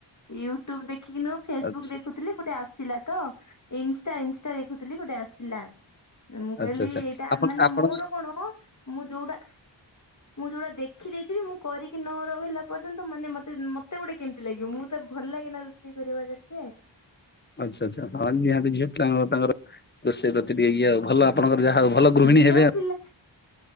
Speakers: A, on the left; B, on the left.
A: ୟୁଟ୍ୟୁବ ଦେଖିକି ନୁହଁ ଫେସବୁକ୍
B: ଆଚ୍ଛା
A: ଦେଖୁଥିଲି ଗୋଟେ ଆସିଲା ତ ଇନଷ୍ଟା ଇନଷ୍ଟା ଦେଖୁଥିଲି ଗୋଟେ ଆସିଲା। ମୁଁ କଇଲି
B: ଆଚ୍ଛା ଆଚ୍ଛା।
A: ଏଇଟା
B: ଆପଣ
A: ମାନେ
B: ଆପଣ
A: ମୋର କଣ ମୁଁ ଯୋଉଟା ମୁଁ ଯୋଉଟା ଦେଖିଦେଇଥିବି ମୁଁ କରିକି ନ ରହିଲା ପର୍ଯ୍ୟନ୍ତ ମାନେ ମତ ମତେ ଗୋଟେ କେମିତି ଲାଗିବ ମୁଁତେ ଭଲ ଲାଗେନା ରୋଷେଇ କରିବା ଟା ଟିକେ।
B: ଆଚ୍ଛା, ଆଚ୍ଛା ହଁ ନିହାତି ଝିଅ ତାଙ୍କ, ତାଙ୍କର ରୋଷେଇ ପ୍ରତି ଟିକେ ଇଏ ଆଉ ଭଲ ଆପଣଙ୍କର ଯାହା ହଉ ଭଲ ଗୃହିଣୀ
A: ଝିଅ
B: ହେବେ ଆଉ
A: ପିଲା